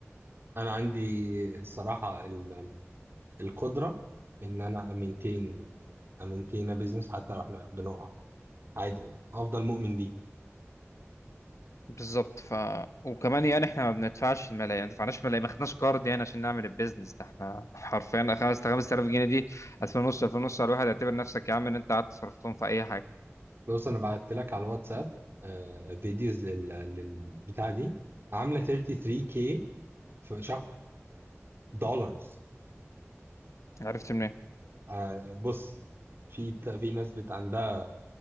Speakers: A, on the right; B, on the left.
A: انا عندي الصراحة ال- القدرة ان انا امنتين امنتين بيزنس حتى لو احنا بنقع عادي افضل مؤمن بيه
B: بالظبط ف وكمان يعني احنا ما بندفعش الملايين يعني ما دفعناش ملايين ما خدناش كارد يعني عشان نعمل البيزنس ده احنا حرفيا 5000 5000 جنيه دي 2000 ونص 2000 ونص على الواحد اعتبر نفسك يا عم ان انت قعدت صرفتهم في اي حاجه
A: بص انا بعت لك على الواتساب آه، فيديوز لل للبتاع دي عامله 33K في شهر دولارز
B: عرفت منين؟
A: آه، بص في بتا- في ناس بت عندها